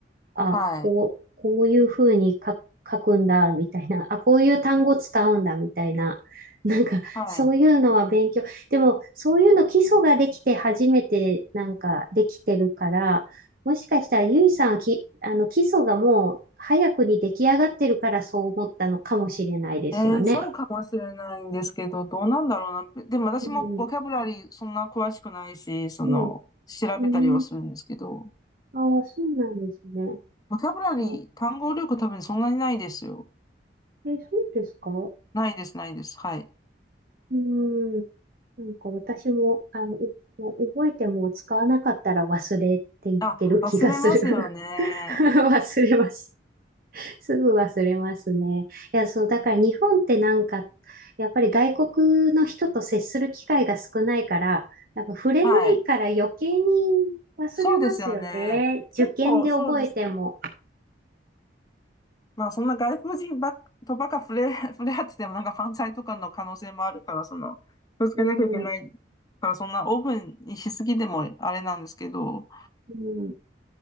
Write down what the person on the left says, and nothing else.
はい。
はい。
えー、そうかもしれないんですけど、どうなんだろうな。でも私もボキャブラリーそんな詳しくないし、
その、
調べたりはするんですけど、
ボキャブラリー、
単語力多分そんなにないですよ。
ないです、ないです。はい。
あ、忘れますよね。
はい。
そうですよね。
結構そうです。まあそんな外国人ばっとばっか触れ、<laughs> 触れ合っててもなんか犯罪とかの可能性もあるから、その、気をつけなきゃいけないから、
そんなオープンにしすぎてもあれなんですけど、